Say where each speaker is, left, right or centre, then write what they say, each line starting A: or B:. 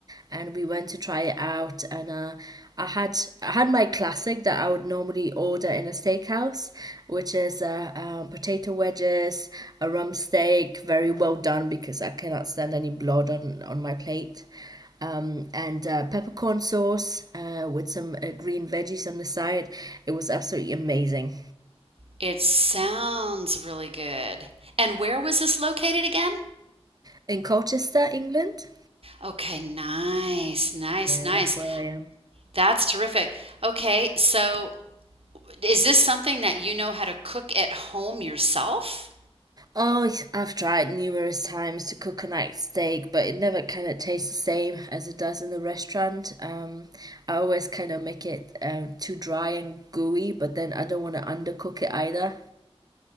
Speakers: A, on the right; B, on the right.
A: and we went to try it out. And uh, I had I had my classic that I would normally order in a steakhouse, which is uh, um, potato wedges, a rump steak, very well done because I cannot stand any blood on on my plate um, and uh, peppercorn sauce uh, with some uh, green veggies on the side. It was absolutely amazing.
B: It sounds really good. And where was this located again?
A: In Colchester, England?
B: Okay, nice, nice,
A: Yeah,
B: nice.
A: that's where I am.
B: That's terrific. Okay, so is this something that you know how to cook at home yourself?
A: Oh, yes, I've tried numerous times to cook a night steak, but it never kind of tastes the same as it does in the restaurant. Um, I always kind of make it uh, too dry and gooey, but then I don't want to undercook it either.